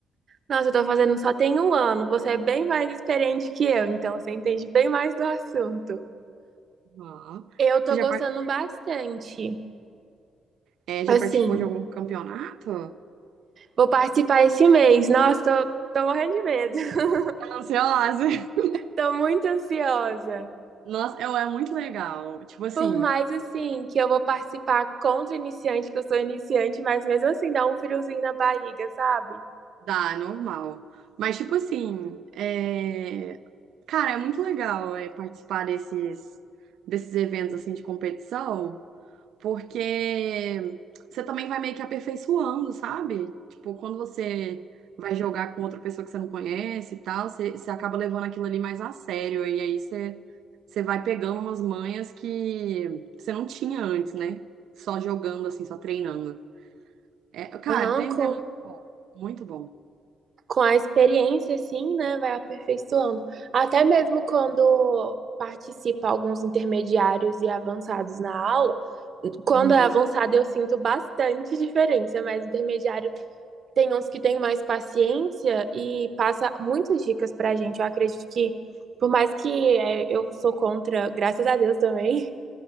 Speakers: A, on the right; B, on the right.
A: nossa, eu tô fazendo só tem um ano. Você é bem mais experiente que eu, então você entende bem mais do assunto.
B: Ó.
A: Eu tô
B: Você já,
A: gostando
B: par-
A: bastante.
B: é, já
A: Assim,
B: participou de algum campeonato?
A: vou participar esse mês. Nossa, tô, tô morrendo de medo. <laughs>
B: Tô Ansiosa. <laughs>
A: Tô muito ansiosa.
B: Nossa, eu, é muito legal. Tipo assim,
A: Por mais assim que eu vou participar contra iniciante, que eu sou iniciante, mas mesmo assim dá um friozinho na barriga, sabe?
B: dá, é normal. Mas, tipo assim, é... cara, é muito legal é, participar desses, desses eventos assim de competição. porque você também vai meio que aperfeiçoando, sabe? Tipo, quando você vai jogar com outra pessoa que você não conhece e tal, você, você acaba levando aquilo ali mais a sério, e aí você, você vai pegando umas manhas que você não tinha antes, né? Só jogando, assim, só treinando. É, cara,
A: Aham,
B: tênis
A: com,
B: é muito bom, muito bom.
A: com a experiência, assim, né? Vai aperfeiçoando. Até mesmo quando participa alguns intermediários e avançados na aula, quando
B: Uhum.
A: é avançado eu sinto bastante diferença, mas intermediário tem uns que têm mais paciência e passa muitas dicas pra gente. Eu acredito que, por mais que é, eu sou contra, graças a Deus também.